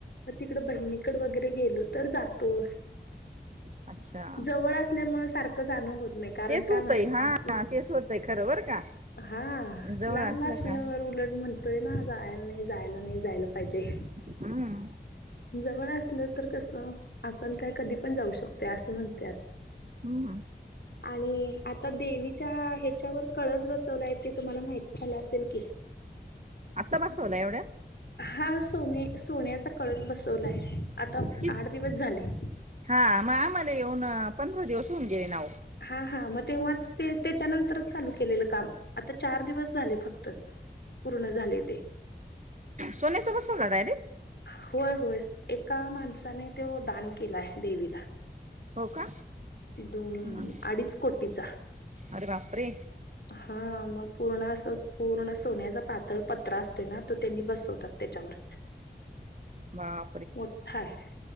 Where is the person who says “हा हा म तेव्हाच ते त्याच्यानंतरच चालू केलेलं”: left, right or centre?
Left